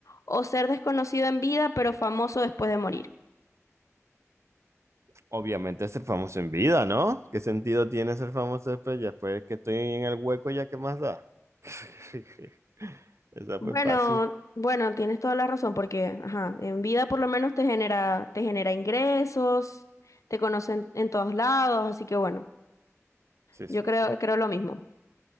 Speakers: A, on the left; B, on the right.
A: ¿O ser desconocido en vida pero famoso después de morir?
B: Obviamente ser famoso en vida, ¿no? ¿Qué sentido tiene ser famoso después? Ya después que estoy en el hueco, ¿ya qué más da? <laughs> Esa
A: Bueno,
B: fue fácil.
A: bueno, tienes toda la razón porque, ajá, en vida por lo menos te genera, te genera ingresos, te conocen en todos lados, así que bueno,
B: Sí,
A: yo
B: sí,
A: creo,
B: sí.
A: creo lo mismo.